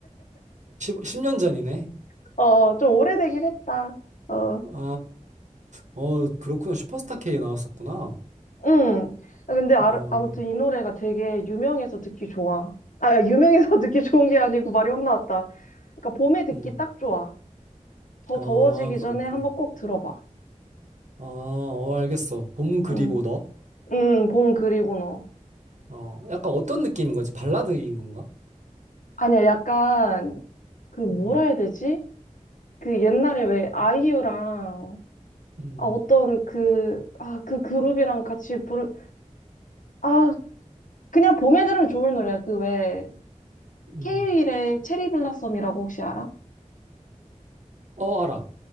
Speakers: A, on the right (about 65°); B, on the left (about 80°).
A: 2010, 년 전이네.
B: <laughs> 어, 좀 오래되긴 했다. 어.
A: 아, 어, 그렇구나. 슈퍼스타 K 나왔었구나.
B: 응. 아, 근데 아,
A: 아,
B: 아무튼 이 노래가 되게 유명해서 듣기 좋아. 아, 야, 유명해서 <laughs> 듣기 좋은 게 아니고 말이 혼나왔다. 그러니까 봄에 듣기
A: 음.
B: 딱 좋아. 더
A: 아,
B: 더워지기 전에
A: 그렇구나.
B: 한번 꼭 들어봐.
A: 아, 어, 알겠어. 봄 그리고
B: 응.
A: 너.
B: 응, 봄 그리고 너.
A: 어, 약간 어떤 느낌인 거지? 발라드인 건가?
B: 아니야, 약간 그 뭐라
A: 음,
B: 해야 되지? 그 옛날에 왜 아이유랑
A: 음,
B: 아 어떤 그 아 그 그룹이랑 같이 부르 아 그냥 봄에 들으면 좋을 노래야. 그 왜
A: 음.
B: 케이윌의 체리 블라썸이라고 혹시 알아?
A: 어, 알아.